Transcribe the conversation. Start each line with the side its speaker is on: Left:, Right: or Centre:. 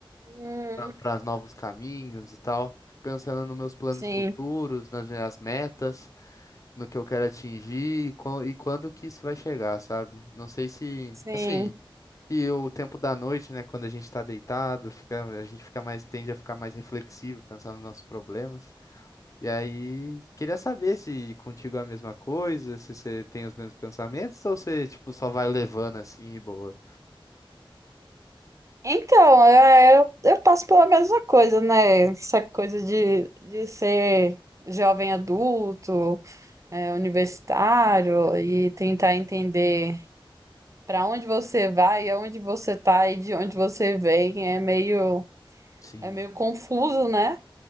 Right: Hum,
Left: para novos caminhos e tal. Fico pensando nos meus planos
Right: sim,
Left: futuros, nas minhas metas, no que eu quero atingir e, quan- e quando que isso vai chegar, sabe? Não sei se,
Right: sim.
Left: assim, que o tempo da noite, né, quando a gente está deitado, fica, a gente fica mais, tende a ficar mais reflexivo, pensando nos nossos problemas. E aí, queria saber se contigo é a mesma coisa, se você tem os mesmos pensamentos ou você, tipo, só vai levando assim e boa.
Right: Então, eu, eu, eu passo pela mesma coisa, né? Essa coisa de, de ser jovem adulto, é, universitário e tentar entender para onde você vai, aonde você tá e de onde você vem é meio,
Left: Sim,
Right: é meio confuso, né?